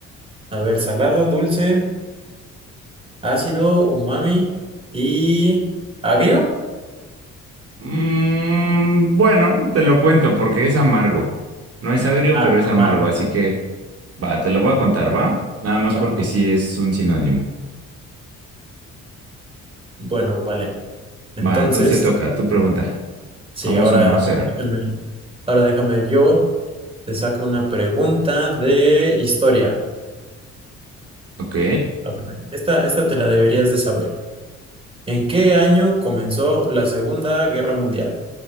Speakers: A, on the right (about 20°); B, on the right (about 50°).
A: A ver, salado, dulce, ácido, umami y agrio.
B: Mm, bueno, te lo cuento porque es amargo. No es agrio,
A: Ah,
B: pero es
A: amargo.
B: amargo, así que va, te lo voy a contar, ¿va? Nada más
A: Ah,
B: porque sí es un sinónimo.
A: Bueno, vale. Entonces,
B: Va, entonces te toca tu pregunta.
A: sí,
B: Vamos
A: ahora,
B: 1 cero,
A: em, ahora déjame yo, te saco una pregunta de historia.
B: Ok.
A: A ver, Esta, esta te la deberías de saber. ¿En qué año comenzó la Segunda Guerra Mundial?